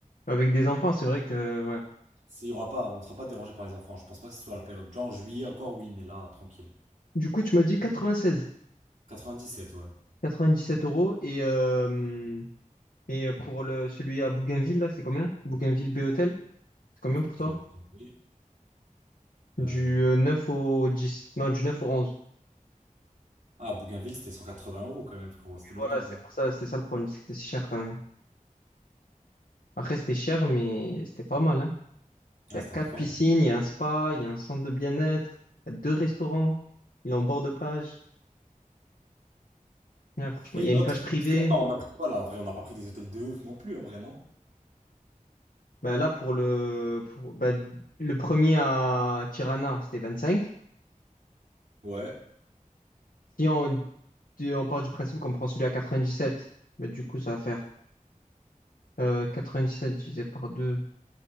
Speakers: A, on the left (about 80°); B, on the right (about 65°).
A: Avec des enfants, c'est vrai que... Ouais.
B: C'est- Il y aura pas, on sera pas dérangé par les enfants. Je pense pas que ce soit la période. Genre en juillet encore, oui, mais là, tranquille.
A: Du coup, tu m'as dit 96,
B: 97, ouais.
A: 97 euros. Et, euh, et euh, pour le, celui à Bougainville, là, c'est combien? Bougainville B-Hôtel, c'est combien pour
B: Je
A: toi?
B: vais regarder.
A: Du
B: Euh,
A: euh, 9 au 10. Non, du 9 au 11.
B: Ah, Bougainville, c'était 180 euros quand même, frérot.
A: Oui,
B: C'était le
A: voilà,
B: double.
A: c'est
B: hein.
A: pour ça, c'est ça le problème, c'est que c'était si cher quand même. Après, c'était cher, mais c'était pas mal, hein.
B: Ah,
A: Il y a
B: c'était
A: quatre
B: incroyable.
A: piscines, il y a un spa, il y a un centre de bien-être, il y a deux restaurants, il est en bord de plage. Ouais, franchement,
B: Et
A: il
B: l'autre,
A: y a une plage privée.
B: parce que, attends, on a pris quoi là? En vrai, on n'a pas pris des hôtels de ouf non plus, en vrai, non?
A: Bah, là, pour le, pour, bah, le premier à Tirana, c'était vingt-cinq
B: Ouais,
A: Si on, du- on part du principe qu'on prend celui à quatre-vingt-dix-sept bah, du coup, ça va faire euh, sept divisé par 2